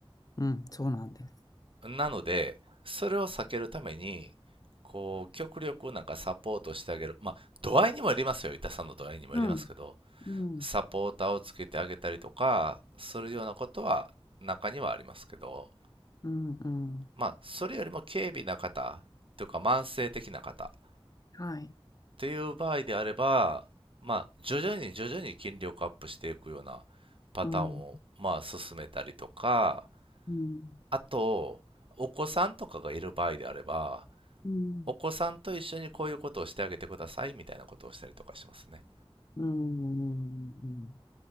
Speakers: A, on the left; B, on the right.
A: うん。そうなんです。
B: なので、それを避けるために、こう、極力なんかサポートしてあげる。まあ、度合いにもよりますよ。痛さの度合いにもよりますけど、
A: うん。うん。
B: サポーターをつけてあげたりとか、するようなことは中にはありますけど、
A: うん。うん。
B: まあ、それよりも軽微な方、というか慢性的な方、っ
A: はい。
B: ていう場合であれば、まあ、徐々に徐々に筋力アップしていくようなパターンを、
A: うん。
B: まあ、進めたりとか、
A: うん。
B: あと、お子さんとかがいる場合であれば、
A: うん。
B: お子さんと一緒にこういうことをしてあげてくださいみたいなことをしたりとかしますね。
A: うんうん。